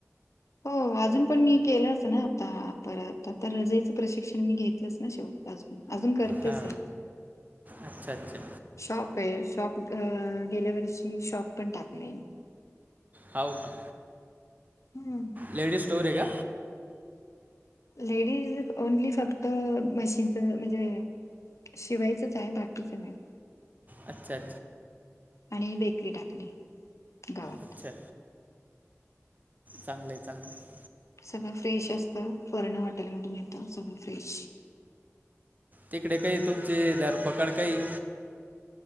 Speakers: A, on the left; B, on the right.
A: हो, अजून पण मी केलंच ना आता परत आता रजइचं प्रशिक्षण मी घेतलंच ना शेव अजून, अजून करतेच
B: हा,
A: आहे
B: अच्छा! अच्छा!
A: शॉप आहे, शॉप अ गेल्या वर्षी शॉप पण टाकलेय मी.
B: हाव का.
A: हम्म.
B: लेडीज स्टोर आहे का?
A: लेडीज ओनली फक्त मशीनच म्हणजे अ शिवायचच हाय, बाकीचं नाय.
B: अच्छा! अच्छा!
A: आणि बेकरी टाकली, गावात.
B: अच्छा! चांगल हाय, चांगलं हाय.
A: सगळं फ्रेश असत, पर्ण हॉटेल मधून येतं सगळं फ्रेश.
B: तिकडे काही तुमची धरपकड काही